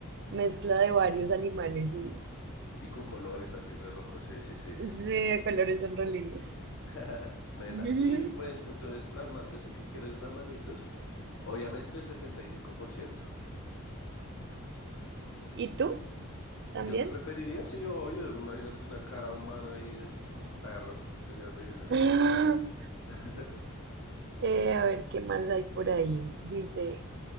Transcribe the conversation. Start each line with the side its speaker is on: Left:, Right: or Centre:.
Right: mezcla de varios animales y
Left: Y con colores así re loco, sí, sí, sí.
Right: sí, de colores son re lindos.
Left: <laughs> Mela.
Right: <laughs>
Left: Y pues entonces las manos, yo sé que quieres las manitos. Obviamente sesenta y cinco por ciento
Right: ¿Y tú también?
Left: ¿Yo qué preferiría? Sí, obvio. Imagínate una cara humana ahí de- con perro. Sería horrible. ¿no?
Right: <laughs>
Left: <laughs>
Right: Eh, a ver qué más hay por ahí. Dice,